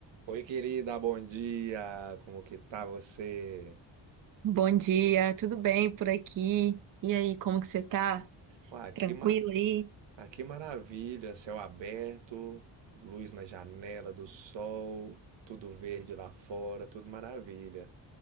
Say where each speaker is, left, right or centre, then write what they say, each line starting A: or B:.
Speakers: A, on the right (about 75°); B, on the right (about 50°).
A: Oi, querida, bom dia. Como que tá você?
B: Bom dia, tudo bem por aqui? E aí, como que você tá?
A: Ah, que
B: Tranquilo
A: ma...
B: aí?
A: ah, que maravilha, céu aberto, luz na janela do sol, tudo verde lá fora, tudo maravilha.